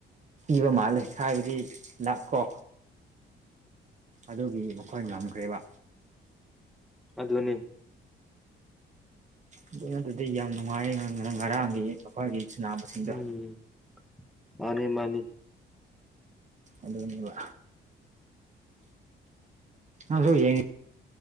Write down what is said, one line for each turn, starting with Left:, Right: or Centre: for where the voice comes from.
Right: ꯏꯕ ꯃꯥꯜꯂꯦ ꯍꯥꯏꯕꯗꯤ ꯂꯥꯛꯀꯣ ꯑꯗꯨꯒꯤ ꯃꯈꯣꯏ ꯉꯝꯈ꯭ꯔꯦꯕ
Centre: ꯑꯗꯅꯦꯅꯤ
Right: ꯑꯗꯨꯅ ꯑꯗꯨꯗꯤ ꯌꯥꯝ ꯅꯨꯡꯉꯥꯏ ꯉꯔꯥꯡꯒꯤ ꯃꯈꯣꯏꯒꯤ ꯁꯨꯅꯥꯕꯁꯤꯡꯗꯣ
Centre: ꯎꯝ ꯃꯥꯅꯤ ꯃꯥꯅꯤ
Right: ꯑꯗꯨꯗꯅꯤ ꯌꯕ ꯑꯁꯨ ꯌꯦ